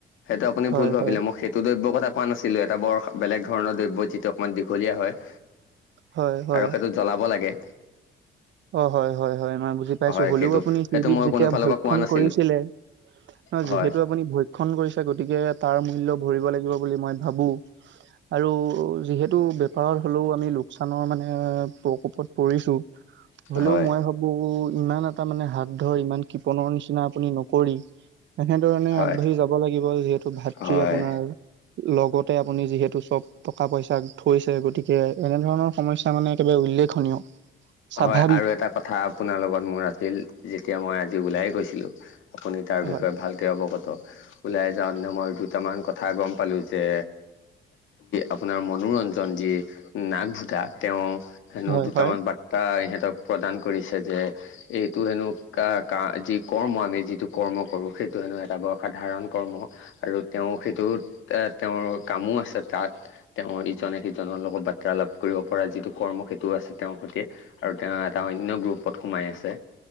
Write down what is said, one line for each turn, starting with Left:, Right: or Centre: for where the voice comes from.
Left: সেইটো আপুনি
Right: হয়
Left: ভূল ভাবিলে
Right: হয়
Left: মোক। <unintelligible> টো দ্ৰব্য কথা কোৱা নাছিলো। এটা বৰ বেলেগ ধৰণৰ দ্ৰব্য যিটো অকণমান দীঘলীয়া হয়।
Right: হয় হয়
Left: আৰু সেইটো জ্বলাব লাগে।
Right: অ হয় হয় হয়, মই বুজি পাইছো।
Left: হয়
Right: হলেও
Left: সেইটো
Right: আপুনি সেইবিধ
Left: সেইটো মই
Right: যেতিয়া
Left: কোনো ফালৰ
Right: ভক্ষণ
Left: পৰা কোৱা নাছিলো
Right: কৰিছিলে। ন
Left: হয়,
Right: যিহেতু আপুনি ভক্ষণ কৰিছে। গতিকে তাৰ মূল্য ভৰি ব লাগিব বুলি মই ভাবো আৰু যিহেতু বেপাৰত হলেও আমি লোকচা চান মানে প্ৰকোপত পৰিছো। হলেও
Left: হয়,
Right: মই ভাবো, ইমান এটা মানে হাত ধৰ, ইমান কৃপণৰ নিচিনা আপুনি ন কৰি। এনেধৰণে
Left: হয়,
Right: আগবাঢ়ি যাব লাগিব। যিহেতু, ভাতৃ
Left: হয়,
Right: আপোনাৰ লগতে আপুনি যিহেতু, চব টকা- পইচাক থৈছে। গতিকে কে, এনেধৰণৰ সমস্যা মানে একেবাৰে উল্লেখনীয়। স্বাভাৱিক
Left: হয়, আৰু এটা কথা আপোনাৰ লগত মোৰ আছিল, যেতিয়া মই আজি ওলাই গৈছিলো। আপুনি তাৰ
Right: হয়
Left: বিষয়ে ভালকৈ অৱগত। ওলাই যাওঁতেনে মই দুটামান কথা গম পালো যে, আপোনাৰ মনোৰঞ্জন, যি নাকভোটা তেওঁ হেনো
Right: হয়
Left: দুটামান
Right: হয়
Left: বাত তা, এটা ইহঁতক প্ৰদান কৰিছে যে এইটো হেনো কা- কাঁ, এই যি কৰ্ম, আমি যিটো কৰ্ম কৰো, সেইটো হেনো এটা সাধাৰণ কৰ্ম। আৰু তেওঁ সেইটোত, এ তেওঁৰ কামো আছে। তাত তেওঁৰ ইজনে- সিজনৰ লগত বাৰ্তালাপ কৰিব পৰা যিটো কৰ্ম, সেইটো আছে তেওঁৰ সৈতে। আৰু তেওঁ এটা অন্য গ্ৰুপত সোমাই আছে।